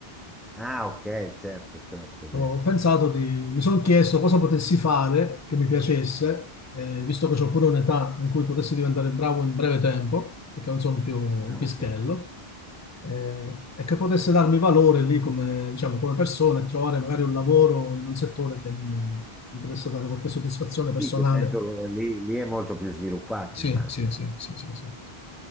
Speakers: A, in the centre; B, on the left (about 20°).
A: Ah, ok, certo, certo, è vero.
B: Ho pensato di, mi sono chiesto cosa potessi fare che mi piacesse, eh, visto che ho pure un'età in cui potessi diventare bravo in breve tempo, perché non sono più un
A: Ah,
B: pischello,
A: ok.
B: eh, e che potesse darmi valore lì come, diciamo, come persona e trovare magari un lavoro in un settore che mi, mi potesse dare qualche soddisfazione
A: Sì,
B: personale.
A: che penso lì, lì è molto più sviluppato,
B: Sì,
A: immagino.
B: sì, sì, sì, sì, sì, sì.